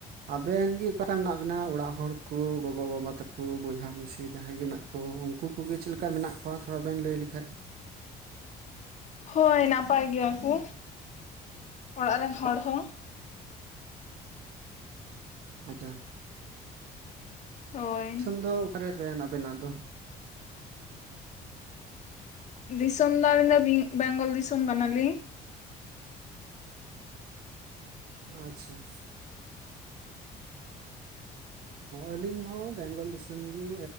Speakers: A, on the right (about 65°); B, on the left (about 45°).
A: ᱟᱵᱮᱱ ᱜᱮ ᱚᱠᱟ ᱞᱮᱠᱟ ᱢᱮᱱᱟᱜ ᱵᱮᱱᱟ? ᱚᱲᱟᱜ ᱦᱚᱲ ᱠᱚ ᱜᱚᱜᱚ ᱵᱟᱵᱟ ᱛᱟᱠᱚ ᱵᱚᱭᱦᱟ ᱢᱤᱥᱤ ᱡᱟᱦᱟᱸᱭ ᱜᱮ ᱢᱮᱱᱟᱜ ᱠᱚ ᱾ ᱦᱚ ᱩᱱᱠᱩ ᱠᱚᱜᱮ ᱪᱮᱫ ᱞᱮᱠᱟ ᱢᱮᱱᱟᱜ ᱠᱚᱣᱟ? ᱛᱷᱚᱲᱟ ᱵᱮᱱ ᱞᱟᱹᱭ ᱞᱮᱠᱷᱟᱡ ᱾
B: ᱦᱳᱭ ᱱᱟᱯᱟᱭ ᱜᱮᱭᱟ ᱠᱚ ᱚᱲᱟᱜ ᱨᱮᱱ ᱦᱚᱲ ᱦᱚᱸ᱾
A: ᱟᱪᱪᱷᱟ᱾
B: ᱦᱳᱭ
A: ᱫᱤᱥᱚᱢ ᱫᱚ ᱚᱠᱟᱨᱮ ᱛᱟᱵᱮᱱ ᱟᱵᱮᱱᱟᱜ ᱫᱚ?
B: ᱫᱤᱥᱚᱢ ᱫᱚ ᱟᱹᱞᱤᱧ ᱫᱚ ᱵᱮᱝᱜᱚᱞ ᱫᱤᱥᱚᱢ ᱠᱟᱱᱟᱞᱤᱧ ᱾
A: ᱟᱪᱪᱷᱟ᱾ ᱟᱹᱞᱤᱧ ᱦᱚᱸ ᱵᱮᱝᱜᱚᱞ ᱫᱤᱥᱚᱢ ᱜᱤ